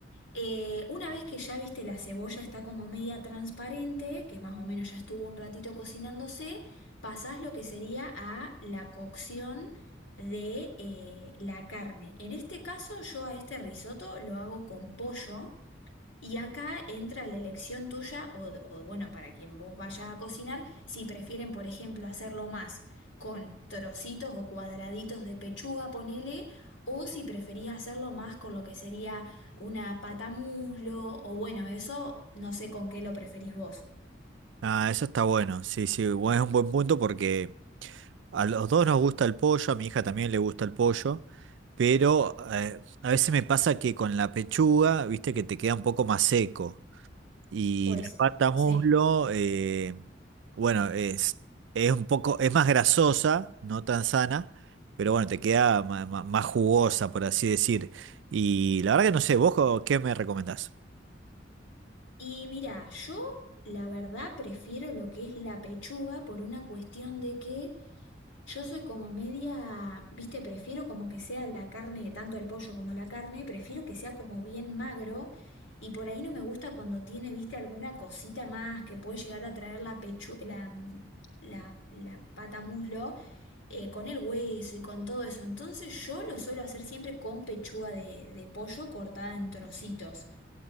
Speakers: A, on the left; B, on the right.
A: Eh, una vez que ya viste la cebolla está como media transparente, que más o menos ya estuvo un ratito cocinándose, pasás lo que sería a la cocción de eh, la carne. En este caso yo a este risotto lo hago con pollo. Y acá entra la elección tuya o, o, bueno, para quien vos vayas a cocinar, si prefieren, por ejemplo, hacerlo más con trocitos o cuadraditos de pechuga, ponele, o si preferís hacerlo más con lo que sería una pata muslo, o bueno, eso no sé con qué lo preferís vos.
B: Ah, eso está bueno. Sí, sí, bu- es un buen punto porque a los dos nos gusta el pollo, a mi hija también le gusta el pollo, pero eh, a veces me pasa que con la pechuga, viste que te queda un poco más seco y
A: Pues
B: la pata muslo,
A: sí.
B: eh, bueno, es, es un poco, es más grasosa, no tan sana, pero bueno, te queda ma- ma- más jugosa, por así decir. Y la verdad que no sé, ¿vos co- qué me recomendás?
A: Y mira, yo la verdad prefiero lo que es la pechuga por una cuestión de que yo soy como media, viste, prefiero como que sea la carne, tanto el pollo como la carne, prefiero que sea como bien magro y por ahí no me gusta cuando tiene, viste, alguna cosita más que puede llegar a traer la pechu, la, mm, la, la pata muslo eh, con el hueso y con todo eso. Entonces yo lo suelo hacer siempre con pechuga de, de pollo cortada en trocitos.